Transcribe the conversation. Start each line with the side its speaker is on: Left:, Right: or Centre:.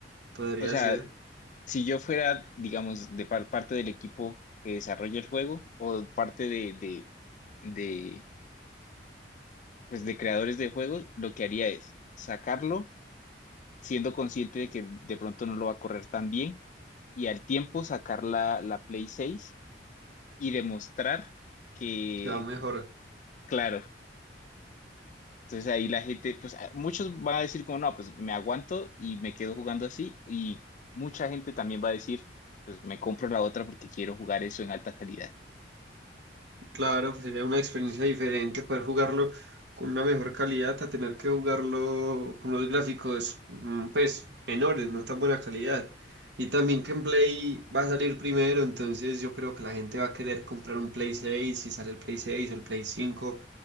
Right: Podría
Left: O sea,
Right: ser
Left: si yo fuera, digamos, de par- parte del equipo que desarrolla el juego o parte de, de, de, pues de creadores de juegos, lo que haría es sacarlo siendo consciente de que de pronto no lo va a correr tan bien y al tiempo sacar la, la Play seis y demostrar que,
Right: que va mejor.
Left: claro, entonces ahí la gente, pues a- muchos van a decir como, no, pues me aguanto y me quedo jugando así y mucha gente también va a decir, pues me compro la otra porque quiero jugar eso en alta calidad.
Right: Claro, pues sería una experiencia diferente poder jugarlo con una mejor calidad a tener que jugarlo con los gráficos mm, pues menores, no tan buena calidad. Y también que en Play va a salir primero, entonces yo creo que la gente va a querer comprar un Play 6 si sale el Play 6 o el Play 5